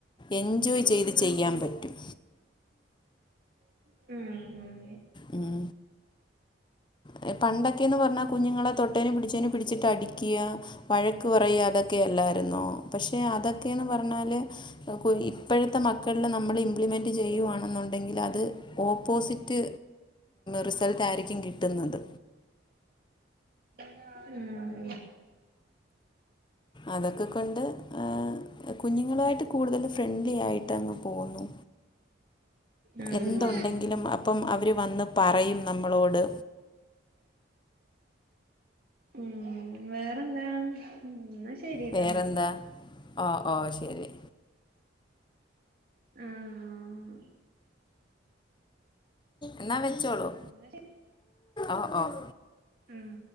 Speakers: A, on the left; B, on the right.
A: എൻജോയ് ചെയ്ത് ചെയ്യാൻ പറ്റും.
B: ഉം ഉം
A: ഉം ഏഹ് പണ്ടൊക് ക്കേന്ന് പറഞ്ഞാ കുഞ്ഞുങ്ങളെ തൊട്ടേനും പിടിച്ചേനും പിടിച്ചിട്ട് അടിയ്ക്കാ, വഴക്ക് പറയാ അതൊക്കെയല്ലായിരുന്നോ പക്ഷെ അതൊ ക്കേന്ന് പറഞ്ഞാല് <unintelligible> ഇപ്പഴത്തെ മക്കളില് നമ്മള് ഇംപ്ലിമെൻറ് ചെയ്യുവാണെന്നുണ്ടെങ്കില് അത് ഓപ്പോസിറ്റ് റിസൾട്ട് ആയിരിക്കും കി ട്ടുന്നത്
B: ഉം
A: അതൊക്കെ കൊണ്ട് ഏഹ് കുഞ്ഞുങ്ങളുവായിട്ട് കൂടുതല് ഫ്രണ്ട്ലി ആയിട്ട് അങ്ങ് പോവുന്നു
B: ഉം
A: എന്തുണ്ടെങ്കിലും അപ്പം അവര് വന്ന് പറയും നമ്മളോട്
B: ഉം വേറെന്താ എന്നാ ശരിട്ടോ
A: വേറെന്താ ഓ ഓ ശെരി
B: ആഹ്
A: എന്നാ വെച്ചോളൂ
B: ഉം എന്നാ ശെ
A: ഓ ഓ
B: ഉം